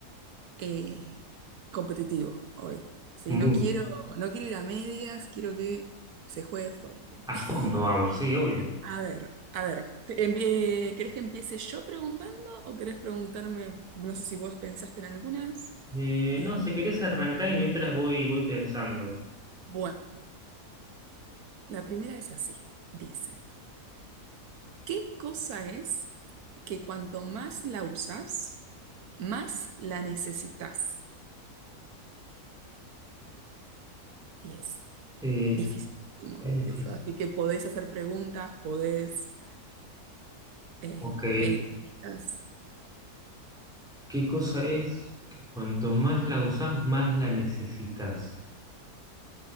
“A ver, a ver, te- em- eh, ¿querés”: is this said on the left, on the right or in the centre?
Right